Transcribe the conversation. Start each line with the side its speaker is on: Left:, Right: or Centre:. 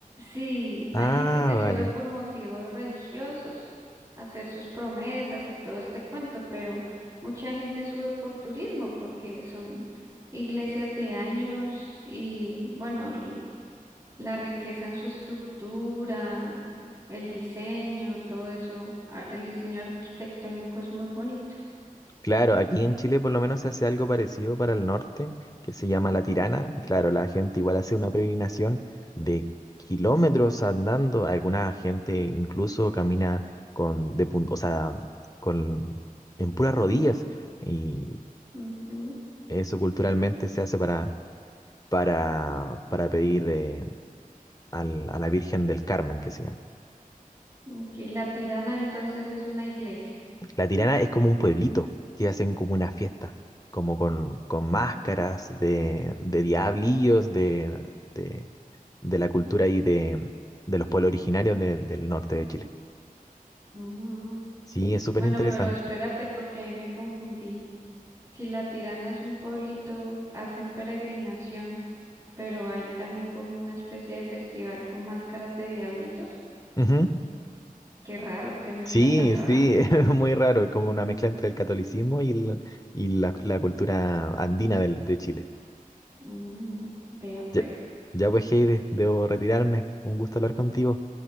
Right: Sí,
Left: Ah,
Right: hay gente que sube
Left: vale,
Right: por motivos religiosos, hacer sus promesas y todo este cuento, pero mucha gente sube por turismo porque son iglesias de años y bueno, l- la riqueza en su estructura, el diseño, todo eso, a- el diseño arquitectónico es muy bonito.
Left: Claro, aquí en Chile por lo menos se hace algo parecido para el norte, que se llama La Tirana, y claro, la gente igual hace una peregrinación de kilómetros andando, alguna gente incluso camina con, de, pun- o sea, con, en puras rodillas, y
Right: Ujú.
Left: eso culturalmente se hace para, para, para pedir eh, al- a la Virgen del Carmen, que se llama.
Right: Ok, La Tirana entonces es una iglesia.
Left: La Tirana es como un pueblito que hacen como una fiesta, como con, con máscaras de, de diablillos de, de, de la cultura y de, de los pueblos originarios de- del norte de Chile.
Right: Mm,
Left: Sí, es súper
Right: Bueno,
Left: interesante.
Right: pero espérate porque ahí me confundí. Si La Tirana es un pueblito, hacen peregrinación, pero hay también como una especie de festival con máscaras de diablitos.
Left: Ujú.
Right: Qué raro, qué mezcla
Left: Sí,
Right: tan rara.
Left: sí, <laughs> es muy raro, es como una mezcla entre el catolicismo y, el- y la, la cultura andina del- de Chile.
Right: Mm, vea pues.
Left: Ya, ya pues, Heide, debo retirarme. Un gusto hablar contigo.